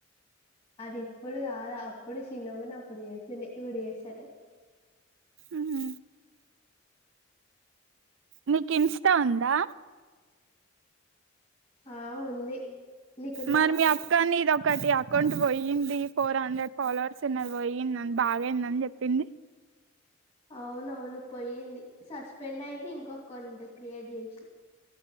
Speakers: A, on the left; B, on the right.
A: అది ఇప్పుడు కాదు అప్పుడు చిన్నగున్నప్పుడు చేసిండే ఇప్పుడు చేస్తలే
B: ఉహు నీకు ఇంస్టా ఉందా
A: ఆ ఉంది నీకుందా
B: మరి మీ అక్కని ఇది ఒకటి అకౌంట్ పోయింది ఫోర్ హండ్రెడ్ ఫాలోవర్స్ ఉన్నది పోయిందిని బాదయిందని చెప్పింది
A: అవునవును పోయింది సస్ పెండ్ అయితే ఇంకొ కొండ క్రియేట్ చేసిన